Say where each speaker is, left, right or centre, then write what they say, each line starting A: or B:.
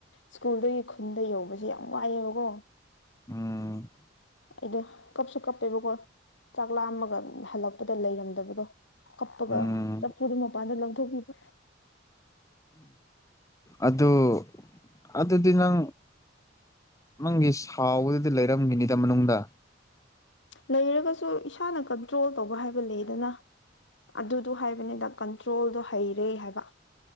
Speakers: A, on the left; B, on the left.
A: ꯁ꯭ꯀꯨꯜꯗꯒꯤ ꯈꯨꯟꯗ ꯌꯧꯕꯁꯦ ꯌꯥꯝ ꯋꯥꯏꯑꯦꯕꯀꯣ
B: ꯎꯝ
A: ꯑꯩꯗꯣ ꯀꯞꯁꯨ ꯀꯞꯄꯦꯕꯀꯣ ꯆꯥꯛꯂꯥꯃꯒ ꯍꯜꯂꯛꯄꯗ ꯂꯩꯔꯝꯗꯕꯗꯣ ꯀꯞꯄꯒ
B: ꯎꯝ
A: ꯆꯐꯨꯗꯨ ꯃꯄꯥꯟꯗ ꯂꯧꯊꯣꯛꯄꯤꯕ꯭ꯔꯥ
B: ꯑꯗꯨꯗ ꯑꯗꯨꯗꯤ ꯅꯪ ꯅꯪꯒꯤ ꯁꯥꯎꯕꯗꯗꯤ ꯂꯩꯔꯝꯃꯤꯅꯤꯗ ꯃꯅꯨꯡꯗ
A: ꯂꯩꯔꯒꯁꯨ ꯏꯁꯥꯅ ꯀꯟꯇ꯭ꯔꯣꯜ ꯇꯧꯕ ꯍꯥꯏꯕ ꯂꯩꯗꯅ ꯑꯗꯨꯗꯣ ꯍꯥꯏꯕꯅꯤꯗ ꯀꯟꯇ꯭ꯔꯣꯜꯗꯣ ꯍꯩꯔꯦ ꯍꯥꯏꯕ